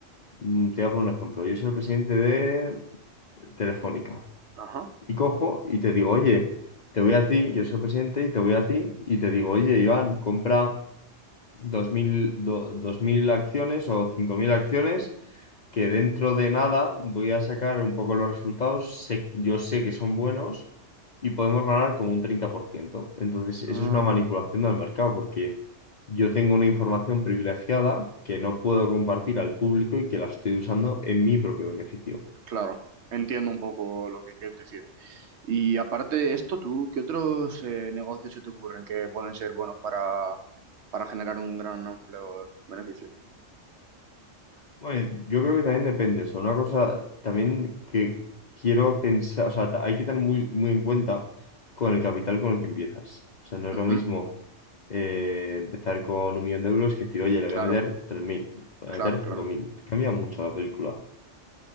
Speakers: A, on the left; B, on the right.
A: Mm, Te hablo un ejemplo, yo soy el presidente de Telefónica.
B: Ajá.
A: Y cojo y te digo, oye, te voy a ti, yo soy el presidente y te voy a ti y te digo, oye, Iván, compra dos mil do- 2.000 acciones o 5.000 acciones que dentro de nada voy a sacar un poco los resultados. Sé- yo sé que son buenos y podemos ganar como un treinta por ciento Entonces,
B: Ah,
A: eso es una manipulación del mercado porque yo tengo una información privilegiada que no puedo compartir al público y que la estoy usando en mi propio beneficio.
B: claro. Entiendo un poco lo que quieres decir. Y aparte de esto, ¿tú qué otros eh, negocios se te ocurren que pueden ser buenos para, para generar un gran amplio beneficio?
A: Bueno, yo creo que también depende. O sea, una cosa también que quiero pensar, o sea, ta- hay que tener muy, muy en cuenta con el capital con el que empiezas. O sea, no
B: Ujú.
A: es lo mismo eh, empezar con un millón de euros que decir, oye, le voy
B: Claro,
A: a meter 3.000, le voy
B: claro,
A: a meter
B: claro.
A: cinco mil Cambia mucho la película.